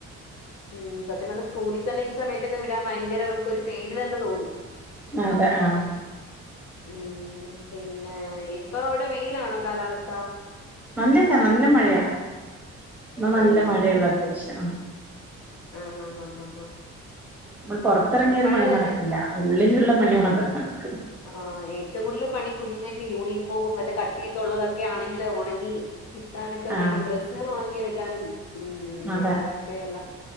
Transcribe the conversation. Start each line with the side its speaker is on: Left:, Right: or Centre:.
Left: ഉം സത്യം പർഞ്ഞാ സ്കൂളിൽ തന്നെ ഈ സമയത്തെക്കെ വിടാൻ ഭയങ്കര നമുക്ക് ഒരു പേടിതന്നെ തോന്നും
Centre: അതെ ആഹ്
Left: ഉം പിന്നെ ഇപ്പൊ അവടെ വെയിലാണോ കാലാവസ്ഥ
Centre: അല്ലല്ല നല്ല മഴയാ ഇന്ന് നല്ല
Left: ആണല്ലേ
Centre: മഴയുള്ള അന്തരീക്ഷാ
Left: ആഹ് ആഹ് ആഹ് ആഹ്
Centre: മ്മള് പാെറത്തെഎറങ്ങിയാ ഒരു
Left: മഴ
Centre: പണീം
Left: തന്നെ
Centre: നടക്കില്ല ഉള്ളില്ള്ള പണി മാത്രേ നടക്ക്
Left: ആഹ് ഏറ്റവും കൂടുതല് പണി കുഞ്ഞ്ങ്ങൾടെ യൂണിഫോമും വല്ല കട്ടിയൊക്കെ ഉള്ളതൊക്കെ ആണെങ്കില് ഒണങ്ങി കിട്ടാനൊക്കെ
Centre: ആഹ്
Left: ഭയങ്കര ഡ്രസ്സാള് ഒണങ്ങിയെടുക്കാനും ഉം
Centre: അതെ
Left: അങ്ങനെക്കെയുള്ള